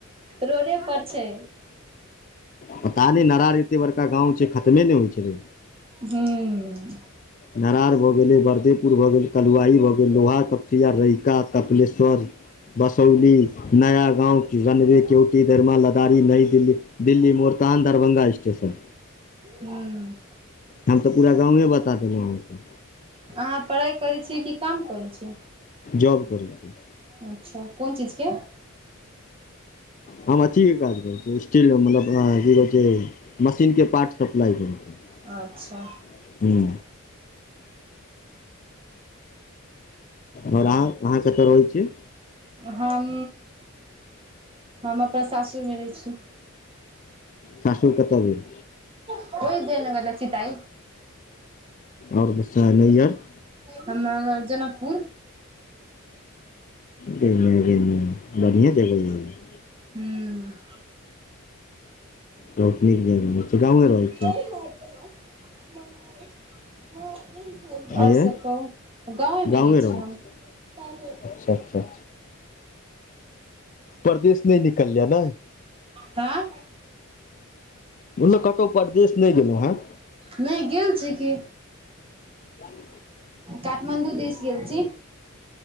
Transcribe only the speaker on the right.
रोडे पर छै
हूँ
हूँ
अहाँ पढ़ाई करै छियै कि काम करै छियै
अच्छा कोन चीज के
अच्छा
हम हम अपना सासुर मे रहै छी
ओहि जयनगर लऽग चीताइ।
हम <unintelligible> जनकपुर
हूँ
ए ने ह <inaudible> आओर
सभ कहू, गाँवेमे
रहै छियै हम
तब?
नहि गेल छी की।
काठमाण्डू दिस गेल छी